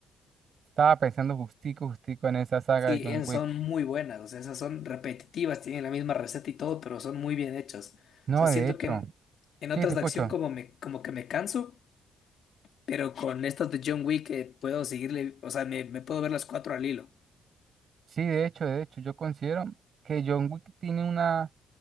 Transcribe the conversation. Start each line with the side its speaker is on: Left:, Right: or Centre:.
Right: Estaba pensando justico, justico en esa saga
Left: Sí,
Right: de John
Left: esas
Right: Wick.
Left: son muy buenas. O sea, esas son repetitivas, tienen la misma receta y todo, pero son muy bien hechas.
Right: No,
Left: O sea,
Right: de
Left: siento
Right: hecho,
Left: que en, en
Right: sí,
Left: otras
Right: te escucho.
Left: de acción como, me, como que me canso. Pero con estas de John Wick eh, puedo seguirle, o sea, me, me puedo ver las cuatro al hilo.
Right: Sí, de hecho, de hecho, yo considero que John Wick tiene una